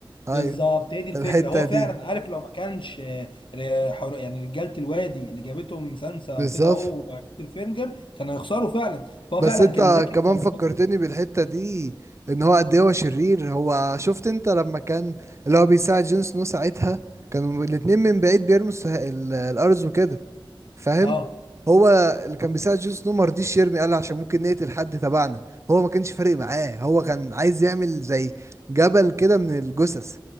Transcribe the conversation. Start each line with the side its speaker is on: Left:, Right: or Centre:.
Right: ايوه
Left: بالظبط هي دي الفكره
Right: الحتة
Left: هو فعلا
Right: دي
Left: عارف لو ما كانش آه، آه، حر- يعني رجاله الوادي اللي جابتهم سانسا
Right: بالظبط
Left: وكده اهو وبيتر فينجر كانوا هيخسروا فعلا فهو
Right: بس
Left: فعلا
Right: انت
Left: كان ذكي
Right: كمان
Left: كان
Right: فكرتني
Left: بيحط
Right: بالحتة دي ان هو قد ايه هو شرير هو شفت انت لما كان اللي هو بيساعد جون سنو ساعتها كانوا الاتنين من بعيد بيرموا السه- ال- الارز وكده فاهم
Left: اه
Right: هو اللي كان بيساعد جون سنو ما رضيش يرمي قال عشان ممكن نقتل حد تبعنا هو ما كانش فارق معاه هو كان عايز يعمل زي جبل كده من الجثث